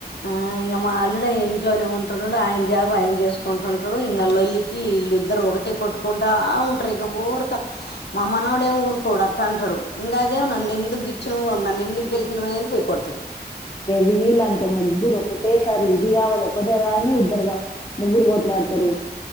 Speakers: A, on the left (about 75°); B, on the left (about 25°).
A: ఆ ఇంగ మాల్లుడే ఇంట్లోనే ఉంటున్నాడు ఆయన జాబు ఆయన చేసుకుంటుంటడు ఇంకా లల్లికి ఇల్లు ఇద్దరు ఒకటే కొట్టుకుంటా ఉంట్రు ఇగ ఊరికే మా మనవడేమో ఊరుకోడు అట్ట అంటడు ఇంగ అదేమో నన్ను ఎందుకు గిచ్చినవు నన్ను ఎందుకు గెలికిినవు అది పోయి కొడతది
B: వీళ్ళంతే ముగ్గురు ఒకటేసారి ఇది కావాలి ఒకటే దాన్నే ఇద్దరు కావాలి ముగ్గురు పోట్లాడతారు